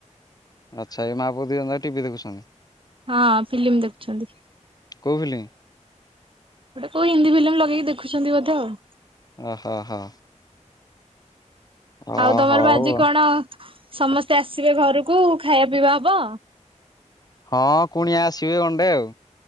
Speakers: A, on the left; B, on the right.
A: ଆଚ୍ଛା ଏଇ ମା ପୁଅ ଦୁଇ ଜଣଜାକ ଟିଭି ଦେଖୁଛନ୍ତି।
B: ହଁ ଫିଲ୍ମ ଦେଖୁଛନ୍ତି।
A: କୋଉ ଫିଲ୍ମ
B: ଗୋଟେ କୋଉ ହିନ୍ଦୀ ଫିଲ୍ମ ଲଗେଇକି ଦେଖୁଛନ୍ତି ବୋଧେ ଆଉ।
A: ଓହୋ ହୋ ଓ
B: ଆଉ ତମର
A: ହଉ ଆଉ।
B: ବା ଆଜି କଣ ସମସ୍ତେ ଆସିବେ ଘରକୁ ଖାଇବା ପିଇବା ହବ।
A: ହଁ କୁଣିଆ ଆସିବେ ଗଣ୍ଡେ ଆଉ